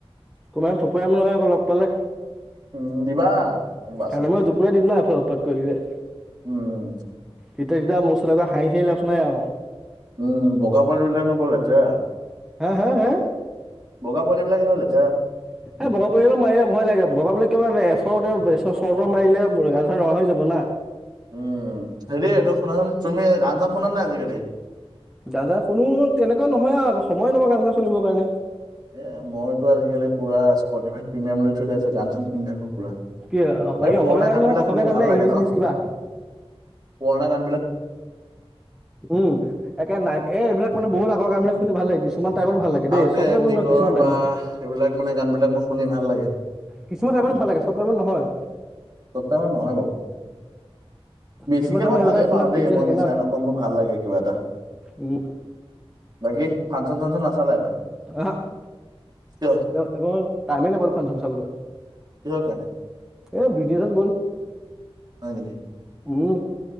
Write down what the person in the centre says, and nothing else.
কবাত থপৰীয়াম নহয় আকৌ লগ পালে
কানে
মুৰে জপটিয়াই দিম ন এফালে উৎপাত কৰিলে
তেতিয়া তেতিয়া মোৰচলাকৈ হাঁহি চাঁহি লাভ নাই আৰু।
হা হা হা
এই বগা বল মাৰিলে ভয় লাগে বগা বিলাক কিকাৰনে লৈ আছ ওচৰতে চৰ তৰ মাৰিলে গাল চাল ৰঙা হৈ যাব না
গান চান শুনো তেনেকৈ নহয় আৰু সময় নহয় গান চান শুনিবৰ কাৰণে
কি অ' বাকী
অসমীয়া
অসমীয়া
গান
নে
ইংলিছ
চিংলিছ কিবা
উম, একে নাই এ এইবিলাক মানে বহুত আগৰ কামবিলাক শুনি ভাল লাগে কিশো কিছুমান টাইমত ভাল লাগে দেই
চব
টাইমত নহয় কিছুমান টাইমত।
কিছুমান টাইমত ভাল লাগে চব টাইমত নহয়।
কিছুমান টাইমত
সেইবিলাক
গান শুনা
ফিল্টাৰ
থাকে
না
উম
অহঅ।
তাৰ টাইমেই নাপালো ফাংচন চাবলৈ।
এ ব্ৰিটেনত গ'ল।
উম,